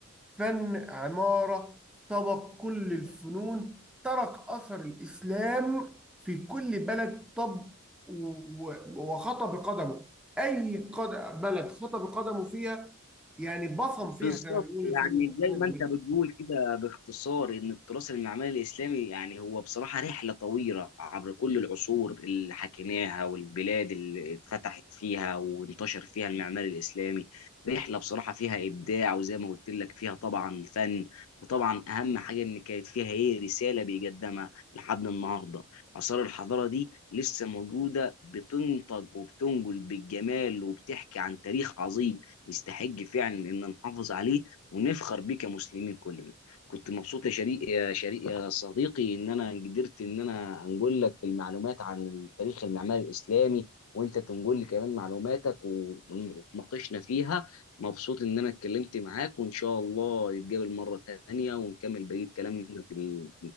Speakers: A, in the centre; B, on the left.
A: فن عمارة سبق كل الفنون ترك أثر الإسلام في كل بلد طب و- وخطى بقدمه أي قد... بلد خطى بقدمه فيها يعني بصم فيها
B: بالظبط
A: زي ما بيقول
B: يعني
A: الفن الفن
B: زي
A: الأمريكي
B: ما انت بتقول كده باختصار ان التراث المعماري الاسلامي يعني هو بصراحه رحله طويله عبر كل العصور اللي حكيناها والبلاد اللي اتفتحت فيها وانتشر فيها المعمار الاسلامي رحله بصراحه فيها ابداع وزي ما قلت لك فيها طبعا فن وطبعا اهم حاجه ان كانت فيها ايه رساله بيقدمها لحد النهارده اثار الحضاره دي لسه موجوده بتنتج وبتنقل بالجمال وبتحكي عن تاريخ عظيم يستحق فعلا ان نحافظ عليه ونفخر بيه كمسلمين كلنا كنت مبسوط يا شريك يا شريك يا صديقي ان انا قدرت ان انا انقل لك المعلومات عن التاريخ المعماري الاسلامي وانت تنقل لي كمان معلوماتك ونتناقشنا فيها مبسوط ان انا اتكلمت معاك وان شاء الله نتقابل مرة تانية ونكمل بقية كلامنا في ال-